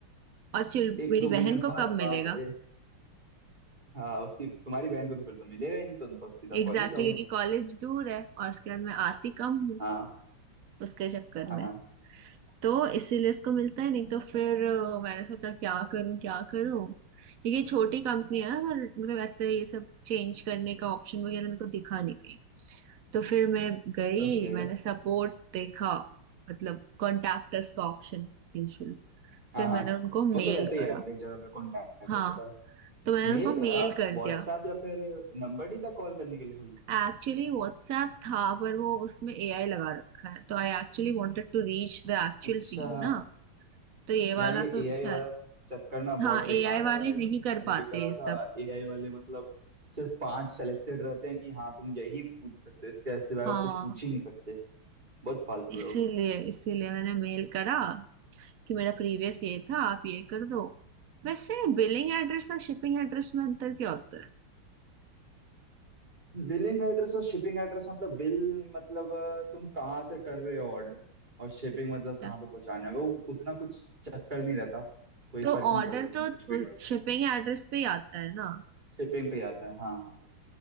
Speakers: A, on the right (about 75°); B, on the right (about 20°).
A: और चिल
B: एक
A: मेरी
B: दो
A: बहन
B: महीने
A: को
B: बाद
A: कब मिलेगा
B: बाप रे हाँ उसकी तुम्हारी बहन को तो फिर तो मिलेगा ही नहीं तुम तो सीधा
A: एग्जैक्टली
B: कॉलेज जाओगी
A: exactly, क्योंकि कॉलेज दूर है और उसके बाद मैं आती कम हूँ
B: हाँ
A: उसके चक्कर
B: हाँ
A: में
B: हाँ
A: तो इसीलिए इसको मिलता है नहीं तो फिर अ, मैंने सोचा क्या करूं क्या करूं क्योंकि ये छोटी कंपनी है अगर मतलब ऐसे ये सब चेंज करने का ऑप्शन वगैरह मेरे को दिखा नहीं कहीं तो फिर मैं गई
B: ओके
A: मैंने सपोर्ट देखा मतलब कॉन्टैक्ट अस का ऑप्शन यूजुअल
B: हाँ
A: फिर
B: हाँ
A: मैंने उनको मेल
B: वो तो रहते ही
A: करा
B: है हर एक जगह पे कॉन्टैक्ट
A: हाँ
B: उसका
A: तो मैंने
B: मेल
A: उनको
B: करा
A: मेल कर
B: व्हाट्सएप
A: दिया
B: या फिर नंबर नहीं था कॉल करने के लिए कोई
A: एक्चुअली व्हाट्सएप था पर वो उसमें एआई लगा रखा है तो I actually wanted to reach the actual
B: अच्छा
A: team ना तो ये वाला
B: यार ये
A: तो
B: एआई
A: शायद
B: वाला चक्कर ना बहुत
A: हाँ
B: बेकार
A: एआई वाले
B: है भाई
A: नहीं
B: मतलब
A: कर
B: मैंने
A: पाते
B: भी करा
A: ये
B: था
A: सब
B: एआई वाले मतलब सिर्फ पांच सेलेक्टेड रहते हैं कि हाँ तुम यही पूछ सकते हो इसके सिवाय
A: हाँ
B: वो कुछ पूछ ही नहीं सकते बहुत फालतू
A: इसीलिए
B: है वो
A: इसीलिए मैंने मेल करा कि मेरा प्रीवियस ये था आप ये कर दो वैसे बिलिंग एड्रेस और शिपिंग एड्रेस में अंतर क्या होता है
B: बिलिंग एड्रेस और शिपिंग एड्रेस मतलब बिल मतलब अ, तुम कहाँ से कर रहे हो ऑर्डर और शिपिंग मतलब कहाँ
A: अच्छा,
B: पे पहुँचाना है वो उतना कुछ चक्कर नहीं रहता कोई
A: तो
B: फर्क
A: ऑर्डर
B: नहीं पड़ता तुम
A: तो
B: कुछ भी डाल दो
A: शिपिंग एड्रेस पे ही आता है ना
B: शिपिंग पे ही आता है हाँ हाँ हाँ